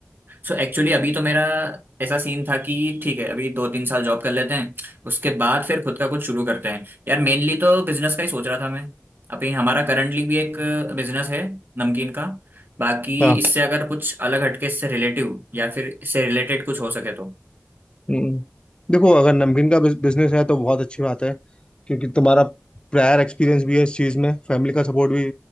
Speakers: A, on the right; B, on the left.
A: सो एक्चुअली अभी तो मेरा ऐसा सीन था कि ठीक है अभी दो तीन साल जॉब कर लेते हैं उसके बाद फिर खुद का कुछ शुरू करते हैं यार मेनली तो बिजनेस का ही सोच रहा था मैं अभी हमारा करंटली भी एक बिजनेस है नमकीन का बाकी
B: हाँ
A: इससे अगर कुछ अलग हटके इससे रिलेटिव या फिर इससे रिलेटेड कुछ हो सके तो
B: हम्म, देखो अगर नमकीन का बिजनेस है तो बहुत अच्छी बात है क्योंकि तुम्हारा प्रायर एक्सपीरियंस भी है इस चीज़ में फैमिली का सपोर्ट भी